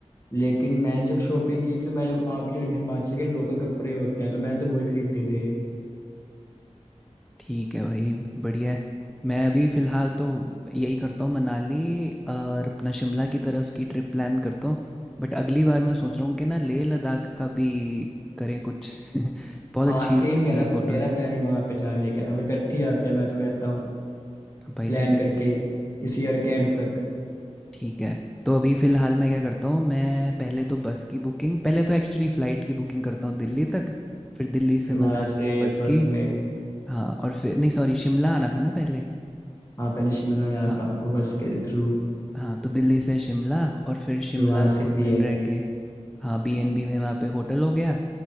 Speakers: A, on the left (about 25°); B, in the centre.
A: लेकिन मैं जब शॉपिंग की थी तो मैंने वहाँ के जो हिमाचल के लोकल कपड़े होते हैं तो मैंने तो वही खरीदे थे
B: ठीक है भाई बढ़िया है मैं अभी फ़िलहाल तो यही करता हूँ मनाली और अपना शिमला की तरफ की ट्रिप प्लान करता हूँ बट अगली बार मैं सोच रहा हूँ कि ना लेह लद्दाख का भी करें कुछ <laughs> बहुत
A: हाँ
B: अच्छी
A: सेम
B: उसकी
A: मेरा
B: फ़ोटोज़
A: मेरा प्लान भी वहाँ पे जाने का है हम इकट्ठे ही जाते हैं मैं तो कहता हूँ
B: भाई
A: प्लान
B: ठीक है
A: करके इस ईयर के एंड तक
B: ठीक है तो अभी फ़िलहाल मैं क्या करता हूँ मैं पहले तो बस की बुकिंग पहले तो एक्चुअली फ़्लाइट की बुकिंग करता हूँ दिल्ली तक फिर दिल्ली से
A: फिर वहाँ
B: मनाली
A: से
B: बस
A: बस
B: की
A: में
B: हाँ और फिर नहीं सॉरी शिमला आना था ना पहले
A: हाँ पहले शिमला में जाना
B: हाँ
A: था आपको बस के थ्रू
B: हाँ तो दिल्ली से शिमला और फिर शिमला
A: फिर वहां
B: दो
A: से बी
B: दिन
A: एन
B: रह
A: बी
B: के हाँ बीएनबी में वहाँ पे होटल हो गया